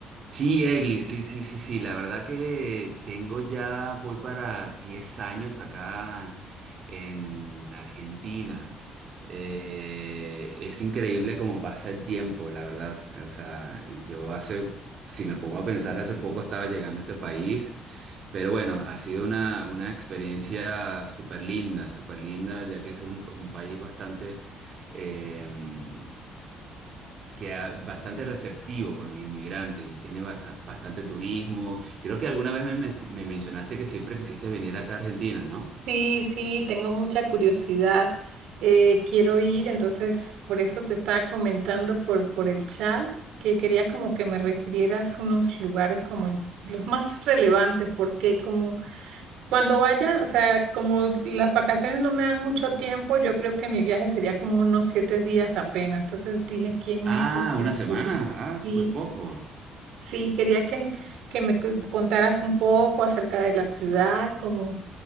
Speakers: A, on the right; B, on the right.
A: Sí, Egli, sí, sí, sí, sí. La verdad que tengo ya, voy para 10 años acá en Argentina. Eh, es increíble cómo pasa el tiempo, la verdad. O sea, yo hace, si me pongo a pensar, hace poco estaba llegando a este país. Pero bueno, ha sido una, una experiencia súper linda, súper linda, ya que es un, un país bastante... em, que ha- bastante receptivo con los inmigrantes y tiene basta- bastante turismo. Creo que alguna vez me, men- me mencionaste que siempre quisiste venir acá a Argentina, ¿no?
B: Sí, sí, tengo mucha curiosidad. Eh, quiero ir, entonces por eso te estaba comentando por, por el chat que quería como que me refirieras unos lugares como im- los más relevantes, porque como cuando vaya, o sea, como las vacaciones no me dan mucho tiempo, yo creo que mi viaje sería como unos siete días apenas. Entonces dije, ¿quién
A: Ah,
B: mejor? que
A: una semana.
B: tú?
A: Ah, súper
B: Sí.
A: poco.
B: Sí, quería que, que me cu- contaras un poco acerca de la ciudad, como,